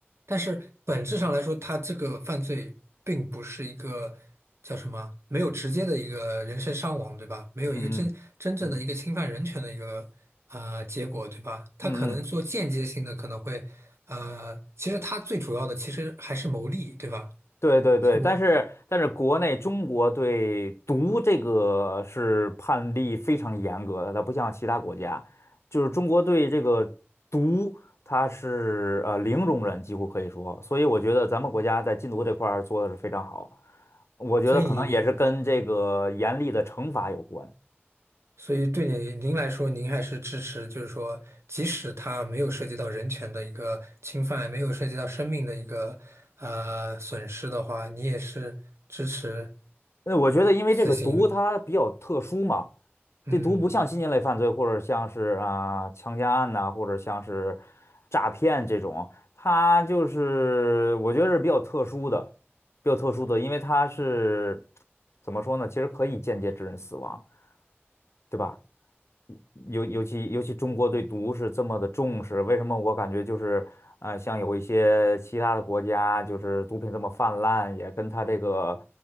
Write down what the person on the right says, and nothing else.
但是本质上来说，他这个犯罪并不是一个叫什么，没有直接的一个人身伤亡，对吧？没有一个真真正的一个侵犯人权的一个啊结果，
对吧？他可能做间接性的，
可能会呃，其实他最主要的其实还是牟利，对吧？
其实我，
所以你。所以对你您来说，您还是支持，就是说，即使它没有涉及到人权的一个侵犯，没有涉及到生命的一个呃损失的话，你也是支持
死刑。嗯